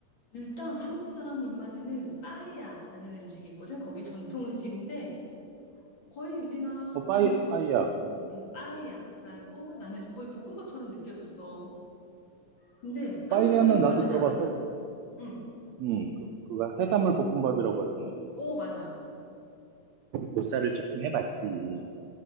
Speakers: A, on the left; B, on the right.
A: 일단 한국 사람 입맛에는 빠에야라는 음식이 있거든. 거기 전통 음식인데 거의 우리나라
B: 어, 빠이,
A: 나는
B: 빠이야. 음.
A: 음, 빠에야라고 나는 거의 볶음밥처럼 느껴졌어. 근데 한국
B: 빠이야는
A: 사람 입맛에
B: 나도 들어봤어.
A: 다 맞아. 음,
B: 음, 그, 그거 해산물 볶음밥이라고 하더만, 그거.
A: 어 맞아.
B: 보살을 조금 해봤지.